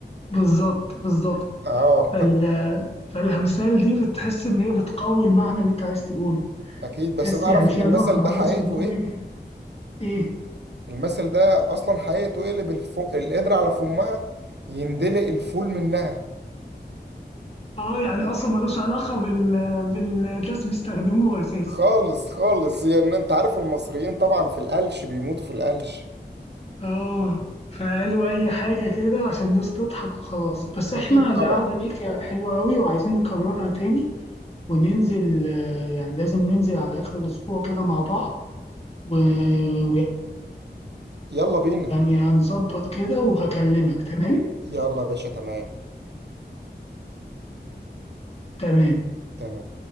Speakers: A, on the left; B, on the right.
A: بالظبط بالظبط
B: اه
A: فال... فالامثال دي بتحس ان هي بتقوي المعنى اللي انت عايز تقوله
B: <laughs> اكيد بس
A: تحس
B: تعرف
A: يعني فيها
B: ان المثل
A: نوع
B: ده
A: كويس
B: حقيقته
A: من الكوميديا
B: ايه
A: ايه
B: المثل ده اصلا حقيقته ايه اللي بالف... القدر على فمها يندلق الفول منها
A: اه يعني اصلا ملوش علاقة بال... بالناس بيستخدموها اساسا
B: خالص خالص يعني انت عارف المصريين طبعا في القلش بيموتوا في القلش
A: اه فقالوا اي حاجة كده عشان الناس تضحك وخلاص بس احنا
B: اكيد طبعا
A: القعدة دي كانت حلوة قوي وعايزين نكررها تاني وننزل آه، يعني لازم ننزل على اخر الاسبوع كده مع بعض و-
B: يلا بينا
A: ويعني هنظبط كده وهكلمك تمام
B: يلا يا باشا تمام
A: تمام
B: تمام